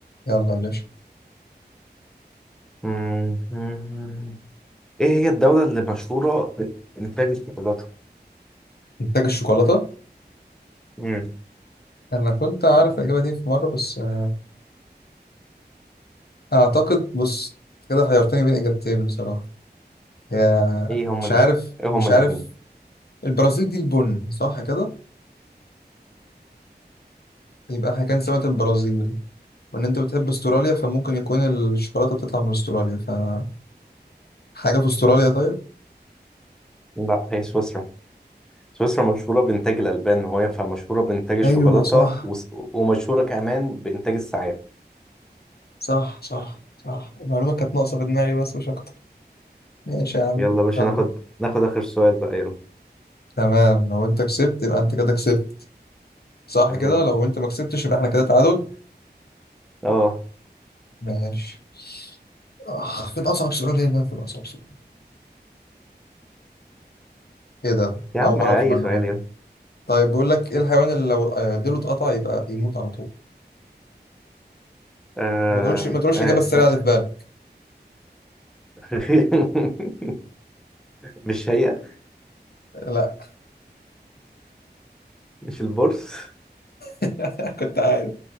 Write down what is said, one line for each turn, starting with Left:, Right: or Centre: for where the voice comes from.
Left: يلا يا باشا
Centre: مم. ايه هي الدولة اللي مشهورة بانتاج الشوكولاتة
Left: إنتاج الشوكولاتة
Centre: مم.
Left: انا كنت عارف الاجابه دي في مره بس آه، اعتقد بص كده حيرتني بين اجابتين بصراحه يا
Centre: ايه هما
Left: مش
Centre: اللي
Left: عارف
Centre: ايه هما
Left: مش
Centre: الاتنين
Left: عارف البرازيل دي البن صح كده يبقى احنا كان سمكه البرازيل وان انت بتحب استراليا فممكن يكون الشوكولاته بتطلع من استراليا فحاجه في استراليا طيب
Centre: لا هي سويسرا سويسرا مشهورة بإنتاج الألبان وهي فمشهورة بإنتاج الشوكولاتة
Left: ايوه صح
Centre: وس- ومشهورة كمان بإنتاج الساعات
Left: صح صح صح المعلومه كانت ناقصه في دماغي بس مش اكتر ماشي يا عم
Centre: يلا يا باشا
Left: يلا
Centre: ناخد ناخد آخر سؤال بقى يلا
Left: تمام لو انت كسبت يبقى انت كده كسبت صح
Centre: تمام
Left: كده لو انت ما كسبتش يبقى احنا كده تعادل
Centre: اه
Left: ماشي آه فين أصعب سؤال هنا فين أصعب سؤال إيه إيه ده أنا
Centre: يا عم
Left: أول مرة
Centre: أي
Left: أعرف المعلومة
Centre: سؤال يلا
Left: دي طيب بيقول لك إيه الحيوان اللي لو آه، ديله اتقطع يبقى يموت على طول
Centre: آه...
Left: وما تقولش ما تقولش
Centre: آه
Left: الإجابة
Centre: اسمه
Left: السريعة اللي في بالك
Centre: <laughs> مش هي
Left: لا
Centre: مش البورس
Left: <laughs> كنت عارف